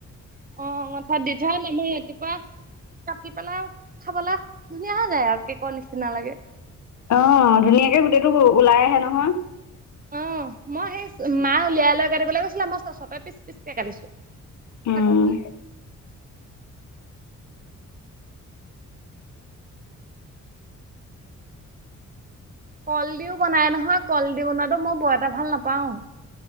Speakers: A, on the right; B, on the left.
A: অ অঙঠাত দি থও মানে ৰাতিপুৱা পেলাই খাবলৈ ধুনীয়া হৈ যায় আৰু কেকৰ নিচিনা লাগে।
B: অ ধুনীয়াকে গোটেইটো ওলাই আহে নহয়।
A: অ মই সেই মাই উলিয়াই লৈ কাটিবলৈ কৈছিলে মই চচতে পিছ পিছ কাটিছো চাকুখনে
B: উম।
A: কল দিও বনাই নহয় কল দি বনোৱাটো মই বৰ এটা ভাল নাপাও।